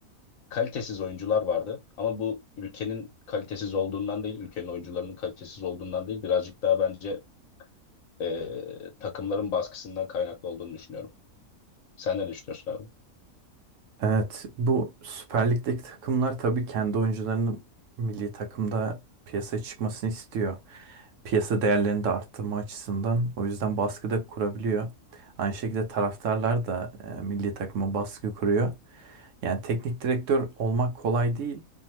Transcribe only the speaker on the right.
Evet, bu Süper Lig'deki takımlar tabii kendi oyuncularının milli takımda piyasaya çıkmasını istiyor. piyasa değerlerini de arttırma açısından. O yüzden baskı da kurabiliyor. Aynı şekilde taraftarlar da e, milli takıma baskı kuruyor. Yani teknik direktör olmak kolay değil.